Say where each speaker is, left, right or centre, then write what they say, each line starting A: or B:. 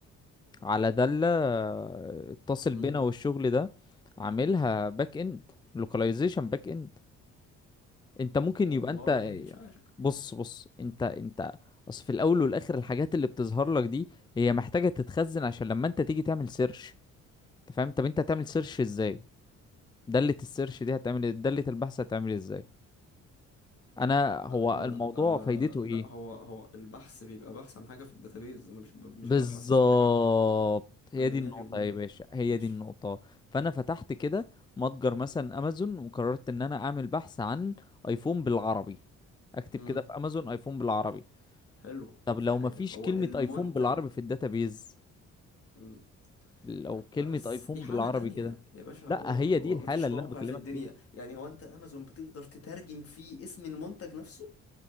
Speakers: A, on the left (about 15°); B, on the left (about 50°).
A: على دالة آه، اتصل
B: امم
A: بينا والشغل ده عاملها باك اند لوكاليزيشن باك اند انت ممكن
B: والله
A: يبقى انت
B: مش عارف
A: بص بص انت انت اصل في الاول والاخر الحاجات اللي بتظهر لك دي هي محتاجة تتخزن عشان لما انت تيجي تعمل سيرش انت فاهم طب انت هتعمل سيرش ازاي دالة السيرش دي هتعمل إيه؟ دالة البحث هتعمل إيه ازاي انا
B: لا
A: هو
B: يعني
A: الموضوع
B: آه
A: فايدته
B: لا
A: ايه
B: هو هو البحث بيبقى بحث عن حاجة في الداتابيز انا مش ب- مش
A: بالظبط
B: ببحث عن حاجة
A: هي
B: انا
A: دي
B: مالي
A: النقطة
B: ومالك
A: يا باشا هي
B: ماشي
A: دي النقطة فأنا فتحت كده متجر مثلا أمازون وقررت إن أنا أعمل بحث عن أيفون بالعربي أكتب
B: امم
A: كده في أمازون أيفون بالعربي
B: حلو
A: طب
B: ما في
A: لو
B: حاجة
A: مفيش
B: هو
A: كلمة
B: المنتج
A: أيفون بالعربي في الداتابيز
B: مم.
A: لو
B: لا
A: كلمة
B: بس
A: أيفون
B: دي حالة
A: بالعربي
B: تانية
A: كده
B: يا باشا
A: لا
B: هو هو
A: هي دي الحالة
B: ما فيش
A: اللي
B: موقع
A: أنا بكلمك
B: في الدنيا
A: فيها
B: يعني هو انت امازون بتقدر تترجم فيه اسم المنتج نفسه